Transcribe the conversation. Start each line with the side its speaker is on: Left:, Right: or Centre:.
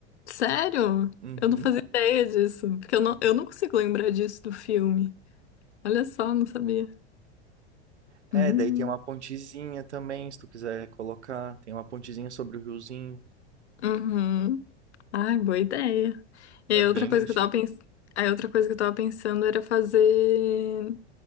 Left: sério?
Right: Uhum.
Left: Eu não fazia ideia disso. Porque eu não, eu não consigo lembrar disso do filme. Olha só, não sabia.
Right: É,
Left: Hum,
Right: daí tem uma pontezinha também, se tu quiser colocar. Tem uma pontezinha sobre o riozinho.
Left: uhum. Ai, boa ideia. E
Right: É
Left: aí,
Right: bem
Left: outra coisa
Right: bonitinho.
Left: que eu tava pens... aí outra coisa que eu tava pensando era fazer